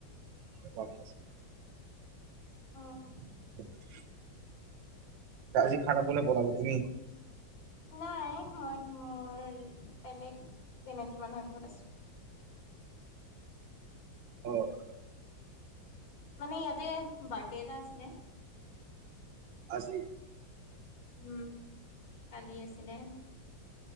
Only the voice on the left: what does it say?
অ
নাই মই মোৰ বেলেগ চিনাকি মানুহৰ ঘৰত আছোঁ।
মানে ইয়াতে বাৰ্থডে এটা আছিলে।
উম, কালি আছিলে।